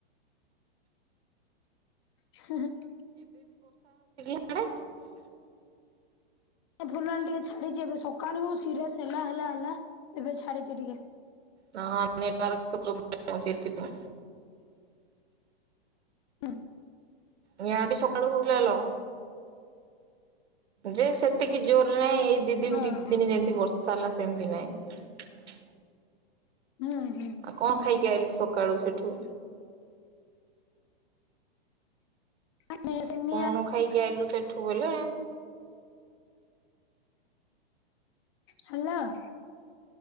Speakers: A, on the left; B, on the right.
A: ହ <inaudible>
B: ସେ <inaudible>
A: ଏ ଫୁଲଣୀ ଟିକେ ଛାଡିଛି ଏବେ ସକାଳୁ ସିରିଅସ ହେଲା ହେଲା ହେଲା ଏବେ ଛାଡିଛି ଟିକେ।
B: ନାଁ ନେଟୱର୍କ ପ୍ରୋବ୍ଲେମ ହଉଚି ଏତିପାଇଁ।
A: ହୁଁ
B: ନିହାତି ସକାଳୁ ହୁଲେଲ। ଯେ ସେତିକି ଜୋରରେ ନାହିଁ ଏଇ ଦି ଦିନ
A: ହଁ
B: ତିନି
A: ହଁ
B: ଦିନ ଯେମିତି ବର ଚାଲ ସେମତି ନାଇଁ।
A: ନାଁହିଁ।
B: ଆଉ କଣ ଖାଇକି ଆଇଲୁ ସକାଳୁ ସେଠୁ।
A: ଆମେ ସେମିଆ
B: କଣ ଖାଇକି ଆଇଲୁ ସେଠୁ ବଲେ।
A: ହାଲ ଅ